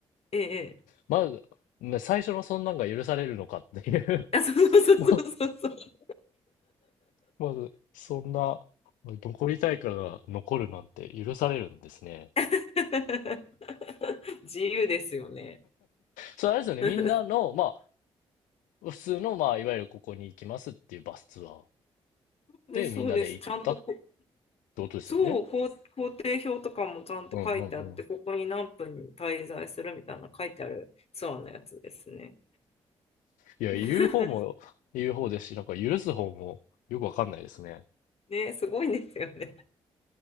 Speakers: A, on the left; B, on the left.
A: ええ
B: まず、ね、最初のそんなんが許されるのかっていう
A: あ、そうそうそうそうそうそう。
B: <laughs> ま、まず、そんな、残りたいから残るなんて許されるんですね。
A: <laughs> 自由ですよね。
B: それあれですよね、
A: <laughs>
B: みんなの、まあ、普通の、まあ、いわゆるここに行きますっていうバスツアー
A: で、
B: でみんなで行ったっ
A: そうです。ちゃんとこ、
B: てことですよね。
A: そう、こう行程表とかもちゃんと書いてあって、
B: うんうんうん。
A: ここに何分に滞在するみたいな書いてあるツアーのやつですね。
B: いや、
A: <laughs>
B: 言う方も言う方ですし、なんか許す方もよくわかんないですね。
A: ね、すごいんですよね。